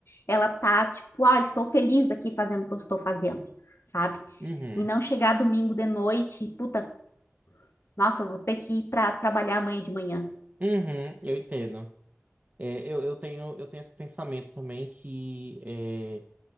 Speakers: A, on the left; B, on the right.
A: ela tá tipo, ah, estou feliz aqui fazendo o que eu estou fazendo, sabe?
B: Uhum,
A: E não chegar domingo de noite e, puta, nossa, eu vou ter que ir para trabalhar amanhã de manhã.
B: uhum. Eu entendo. É, eu, eu tenho, eu tenho esse pensamento também que. é,